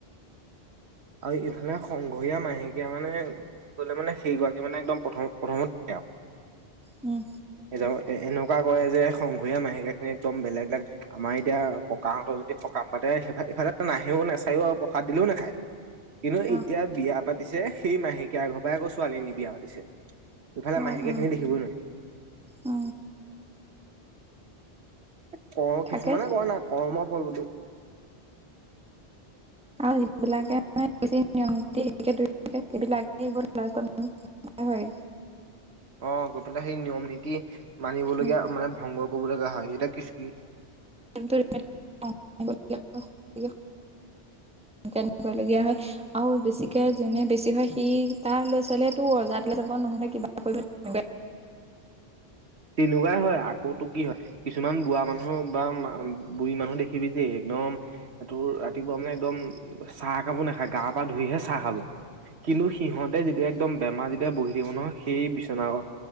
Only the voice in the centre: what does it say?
উম।
অ
অ
অ
অ
থাকে
আও যিবিলাকে নে বেছি নিয়ম নিতি হেয়িকে ধয়ি থাকে সেইবিলাকে গৈ লাচতত <unintelligible> হয়, হয়।
উম
কেমটো ৰিপাইত <unintelligible> জানিব লগিয়া হয়। আও বেছিকে যেনে বেছি হয়, সি তাৰ লৈ ছালেতো অজাত কিলে যাব, নহ'লে কিবা কয়িব